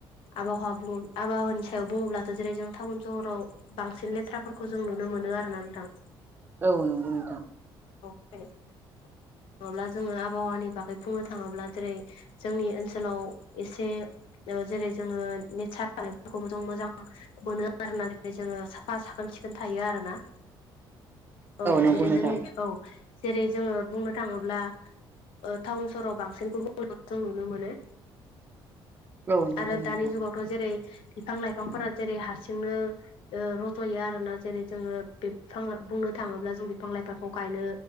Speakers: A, on the left (about 80°); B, on the right (about 25°).
A: आबहावा बुङो आबहावानि सायाव बुङोब्लाथ' जेरै जों टाउन सहराव बांसिन लेथ्राफोरखौ जों नुनो मोनो आरोना नोंथां
B: औ नंगौ नोंथां
A: <unintelligible> थाङोब्ला जोङो आबहावानि बागै बुंनो थाङोब्ला जेरै जोंनि ओनसोलाव एसे ओ जेरै जोङो नेसार फोरखौबो जों मोजां मोनो आरो ना जेरै जोङो साफा साखोन सिखोन थायो आरोना औ
B: नंगौ
A: जेरै
B: नोंथां
A: जोंनि औ जेरै जोङो बुंनो थाङोब्ला ओ टाउन सहराव बांसिन गुबुंलेखौ जों नुनो मोनो
B: औ नंगौ
A: आरो
B: नोंथां
A: दानि जुगावथ' जेरै बिफां लाइफांफोरा जेरै हारसिंनो ओ रज'यो आरोना जेरै जोङो बिफां बुंनो थाङोब्ला जों बिफां लाइफांखौ गायनो